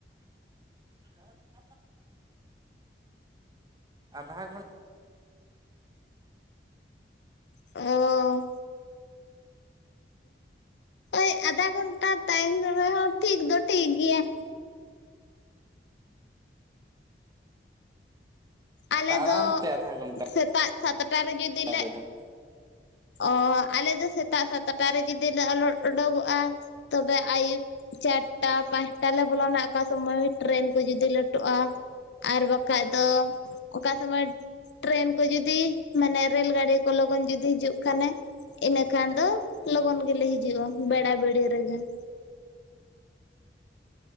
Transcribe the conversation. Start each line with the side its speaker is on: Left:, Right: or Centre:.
Right: <unintelligible> ᱟᱫᱷᱟ ᱜᱷᱚᱱ
Left: ᱚᱻ ᱳᱭ ᱟᱫᱷᱟ ᱜᱷᱚᱱᱴᱟ ᱛᱟᱭᱚᱢ ᱨᱮᱦᱚᱸ ᱴᱷᱤᱠ ᱫᱚ ᱴᱷᱤᱠ ᱜᱮᱭᱟ ᱾ ᱟᱞᱮ
Right: ᱛᱟᱲᱟᱢ
Left: ᱫᱚ
Right: ᱛᱮ ᱟᱫᱷᱟ ᱜᱷᱚᱱᱴᱟ
Left: ᱥᱮᱛᱟᱜ ᱥᱟᱛᱴᱟ ᱨᱮ ᱡᱩᱫᱤ ᱞᱮ
Right: ᱟᱞᱮ ᱫᱚ
Left: ᱚᱻ ᱟᱞᱮ ᱫᱚ ᱥᱮᱛᱟᱜ ᱥᱟᱛᱴᱟ ᱨᱮ ᱡᱩᱫᱤ ᱞᱮ ᱟᱞᱚ ᱩᱰᱳᱜᱚᱜ-ᱟ ᱛᱚᱵᱮ ᱟᱭᱩᱵ ᱪᱟᱴᱴᱟ ᱯᱟᱸᱪᱴᱟ ᱞᱮ ᱵᱚᱞᱚᱱᱟ ᱚᱠᱟ ᱥᱚᱢᱚᱭ ᱴᱨᱮᱱ ᱠᱚ ᱡᱩᱫᱤ ᱞᱮᱹᱟᱴᱚᱜ-ᱟ, ᱟᱨ ᱵᱟᱠ ᱠᱷᱟᱡ ᱫᱚ ᱚᱠᱟ ᱥᱚᱢᱚᱭ ᱴᱨᱮᱹᱱ ᱠᱚ ᱡᱩᱫᱤ ᱢᱟᱱᱮ ᱨᱮᱹᱞ ᱜᱲᱤ ᱠᱚ ᱞᱚᱜᱚᱱ ᱡᱩᱫᱤ ᱦᱤᱡᱩᱜ ᱠᱷᱟᱱᱮ ᱾ ᱤᱱᱟᱹ ᱠᱷᱟᱱ ᱫᱚ ᱞᱚᱜᱚᱱ ᱜᱮᱞᱮ ᱦᱤᱡᱩᱜ-ᱟ ᱵᱮᱲᱟ ᱵᱤᱲᱤ ᱨᱮᱜᱮ ᱾